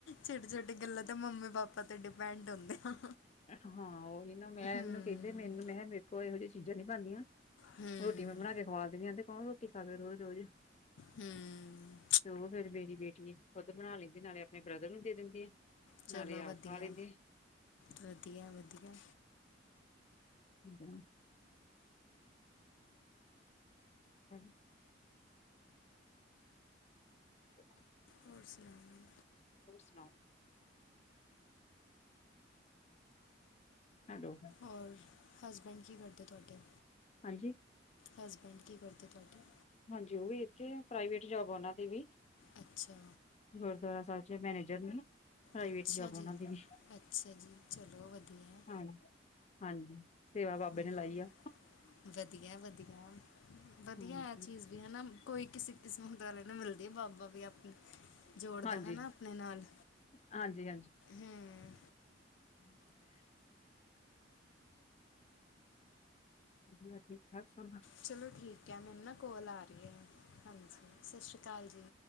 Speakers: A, on the left; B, on the left.
A: ਛੋਟੇ ਛੋਟੀ ਗੱਲਾਂ ਤੇ ਮੰਮੀ ਪਾਪਾ ਤੇ ਡਿਪੈਂਡ ਹੁੰਦੇ ਆ।
B: ਹਾਂ, ਉਹੀ ਨਾ ਮੈਂਨੂੰ
A: ਹੂੰ।
B: ਕਹਿੰਦੇ ਮੈਨੂੰ ਮੈਂ ਕਿਹਾ ਮੇਰੇ ਕੋਲ ਇਹੋ ਜਿਹੀਆਂ ਚੀਜ਼ਾਂ ਨੀ ਬਣਦੀਆਂ।
A: ਹੂੰ
B: ਰੋਟੀ ਮੈਂ ਬਣਾ ਕੇ ਖਵਾ ਦਿੰਦੀ ਆ ਤੇ ਕੌਣ ਰੋਟੀ ਖਾਵੇ ਰੋਜ਼ ਰੋਜ਼।
A: ਹੂੰ
B: ਤੇ ਉਹ ਫੇਰ ਮੇਰੀ ਬੇਟੀ ਖੁਦ ਬਣਾ ਲੈਂਦੀ ਨਾਲੇ ਆਪਣੇ ਬ੍ਰਦਰ ਨੂੰ ਦੇ ਦਿੰਦੀ ਆ।
A: ਚਲੋ
B: ਨਾਲੇ ਆਪ
A: ਵਧੀਆ
B: ਖਾ ਲੈਂਦੇ
A: ਵਧੀਆ ਵਧੀਆ।
B: ਹੂੰ, <unintelligible> <inaudible>
A: ਹੋਰ ਸੁਣਾਓ?
B: ਹੋਰ ਸੁਣਾਓ? ਹੈਲੋ,
A: ਹੋਰ ਹਸਬੈਂਡ ਕੀ ਕਰਦੇ ਤੁਹਾਡੇ।
B: ਹਾਂਜੀ,
A: ਹਸਬੈਂਡ ਕੀ ਕਰਦੇ ਤੁਹਾਡਾ।
B: ਹਾਂਜੀ ਉਹ ਵੀ ਇੱਥੇ ਆ ਪ੍ਰਾਈਵੇਟ ਜੋਬ ਆ ਉਹਨਾ ਦੀ ਵੀ
A: ਅੱਛਾ
B: ਗੁਰਦੁਆਰੇ ਸਾਹਿਬ ਚ ਮੈਨੇਜਰ ਨੇ ਪ੍ਰਾਈਵੇਟ
A: ਅੱਛਾ
B: ਜੋਬ ਉਹਨਾ
A: ਜੀ।
B: ਦੀ ਵੀ,
A: ਅੱਛਾ ਜੀ ਚਲੋ ਵਧੀਆ ਐ।
B: ਹਾਂਜੀ ਹਾਂਜੀ, ਸੇਵਾ ਬਾਬੇ
A: ਮੇਰੇ
B: ਨੇ ਲਾਈ
A: ਪਾਪਾ
B: ਆ
A: ਵਧੀਆ- ਵਧੀਆ -ਵਧੀਆ
B: ਹਾਂਜੀ
A: ਆ ਚੀਜ਼ ਹਨਾ ਕੋਈ ਕਿਸੇ ਕਿਸਮ ਦੁਆਲੇ ਨੂੰ ਮਿਲਦੀ ਹੈ। ਬਾਬਾ ਵੀ ਆਪਣੇ। ਜੋੜਦਾ
B: ਹਾਂਜੀ
A: ਹੈ। ਆਪਣੇ ਨਾਲ
B: ਹਾਂਜੀ
A: ਹਮ।
B: ਅੱ। ਵਧੀਆ ਠੀਕ ਠਾਕ ਸਭ
A: ਚਲੋ ਠੀਕ ਹੈ। ਮੈਨੂੰ ਨਾ ਕੋਲ ਆ ਰਹੀ ਹੈ। ਹਾਂਜੀ। ਸਤਿ ਸ਼੍ਰੀ ਅਕਾਲ। ਸਤਿ ਸ੍ਰੀ ਅਕਾਲ ਜੀ।